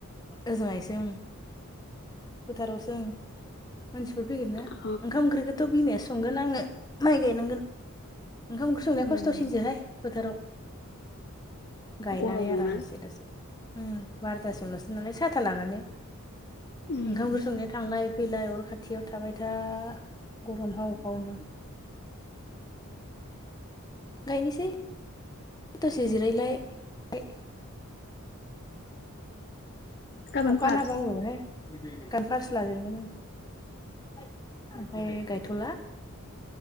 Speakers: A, on the left; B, on the left.
A: ओजोंहायसो ओं फोथारावसो मानसिफोर फैगोन ना?
B: अ
A: ओंखाम ओंख्रिखौथ' बिमाया सं संगोन आंङो माइ गायनांगोन। ओंखाम ओंख्रि संनाया
B: उम
A: खस्थ'सिनसोहाय फोथाराव। गायनानै
B: गरमाव
A: आरामसे
B: ना
A: दसे। उम बार'थासिमल'सो नालाय साथा लानानै।
B: उम
A: ओंखाम ओंख्रि संनाया थांलाय। फैलाय अर खाथियाव थाबाय था गरम हाव हावनो। <inaudible> गायनोसै दसे जिरायलाय गा
B: गाबोन
A: अखा
B: फार
A: हाना होबा हामगौमोन हाय। गान फार्स लाजेनगोन आं ओमफ्राय गायथ'ला।